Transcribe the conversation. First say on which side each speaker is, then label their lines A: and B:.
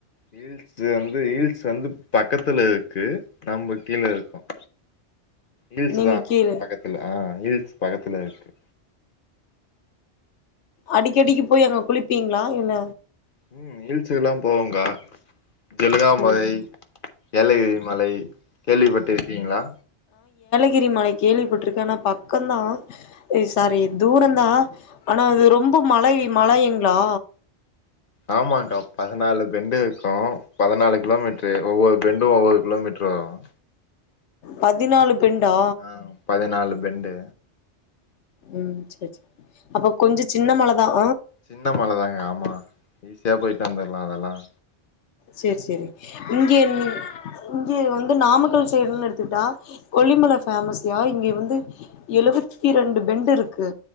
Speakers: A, on the left; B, on the left.
A: ஹீல்ஸ் வந்து ஹீல்ஸ் வந்து பக்கத்துல இருக்கு நம்ம கீழ இருக்கோம் ஹில்ஸ்
B: நீங்க
A: தான் ஆனா
B: கீழ
A: பக்கத்துல ஹா ஹில்ஸ் பக்கதல இருக்கு
B: அடிக்கடிக்கு போய் அங்க குளிப்பீங்களா என்ன
A: உம் ஹில்ஸ்களா போவேங்கா ஜலகாமலை
B: ம்
A: ஏலகிரி மலை கேள்விப்பட்டு இருக்கீங்களா
B: கீரி மல கேள்விப்பட்டட்டுயிருக்கே ஆனா பக்கம்தான் சாரி தூர்தான் ஆனா அது ரொம்ப மலை மலையுங்களா
A: ஆமாக்கா பதனாலு ரெண்டு இருக்கம் பதனாலுக் கிலோமீட்டர் ஒவ்வொரு பெண்டும் ஒவ்வொரு கிலோமீட்டர் வரும்
B: பதினாலு பெண்டா
A: ஹா பதினாலு பெண்டு
B: உம் செரி செரி அப்ப கொஞ்ச சின்ன மல தான்
A: சின்ன மல தாகா ஆமா ஈஸியா போயிட்டு வந்துடலாம் அதெல்லாம்
B: செரி செரி இங்கயிருந்து இங்கே வந்து நாமக்கல் சைடுன்னு எடுத்துட்டா கொல்லிமல ஃபேமஸ்யா இங்க வந்து எழுவத்தி இரண்டு பெண்டு இருக்கு